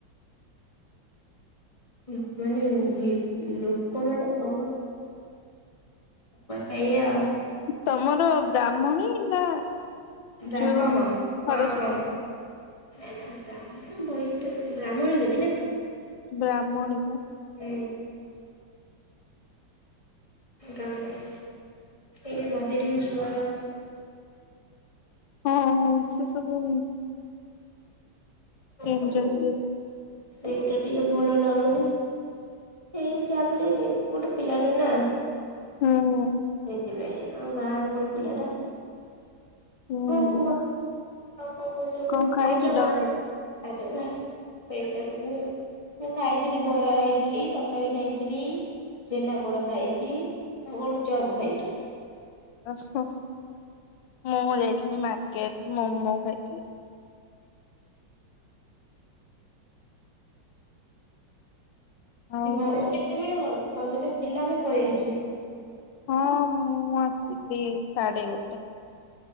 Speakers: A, on the left; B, on the left.
A: ଠିକ୍ ମାନେ ଯିଏ ଲୋକମାନେ ତମର ମାନେ ଏୟା ଆଉ।
B: ତମର ବ୍ରାହ୍ମଣୀ ନା
A: ବ୍ରାହହ,
B: ଯୋଉ ଖରସ୍ରୋତା
A: ହଁ ହଁ। ନା ନା ବ୍ରାହ୍ମଣ ନା ବୋଇତରଣୀ ବ୍ରାହ୍ମଣୀ ନଦୀ ନା।
B: ବ୍ରାହ୍ମଣୀ ପା।
A: ହୁଁ। ଏ କାମରେ, ଏଇଠି ନଦୀରେ ବି ସୁୁଆର ଅଛି।
B: ହଁ, ହଁ ସେ ସବୁ
A: ଅଛି।
B: ଏନ୍ ଜଏ ଦେଇ
A: ସେଇଟା ଟିକେ ଭଲ ଲାଗୁନି, ଏଇ ତା ବୋଲି ଦେ ଗୋଟେ ପିଲାରେ ନା,
B: ହୁଁ
A: ସେଇଥିପାଇଁ ଆଉ ଗାଁ ର ଫୁଣି ପିଲାଟା।
B: ହୁଁ
A: ହଁ କୁହ? ଆଉ କଣ କୁହୁଛ
B: କଣ
A: କୁହ?
B: ଖାଇଥିଲ?
A: ଖାଇଛ କଣ ଆଜି? ପେ ଏକା ସାଙ୍ଗରେ। ମୁଁ ଖାଇଥିଲି ବରା ଖାଇଥିଲି, ତରକାରୀ ଖାଇଥିଲି ଛେନା ପୋଡ ଖାଇଛି, ଆଉ କଣ ଚପ୍ ଖାଇଛି।
B: ଓହୋ। ମୁଁ ଯାଇଥିଲି ମାର୍କେଟ୍ ମୋମୋ ଖାଇଥିଲି। ଆଉ
A: ଏ ଘରକୁ କେତେବେଳେ ଗଲ? ତମେ ତ ଥିଲ ଆମେ ପଳେଇ ଆସିଲୁ।
B: ହଁ ମୁଁ ଆସିଲି ସାଢେ ଗୋଟେ।